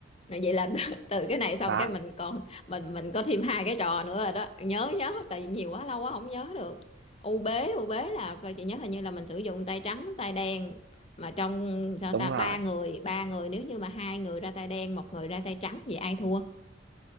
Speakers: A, on the left; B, on the right.
A: vậy là <laughs> từ, từ cái này xong
B: đó
A: cái mình còn mình mình có thêm hai cái trò nữa rồi đó nhớ nhớ tại vì nhiều quá lâu quá không nhớ được u bế u bế là và chị nhớ hình như là mình sử dụng tay trắng tay đen mà trong sao
B: đúng
A: ta
B: rồi
A: ba người ba người nếu như mà hai người ra tay đen một người ra tay trắng vậy ai thua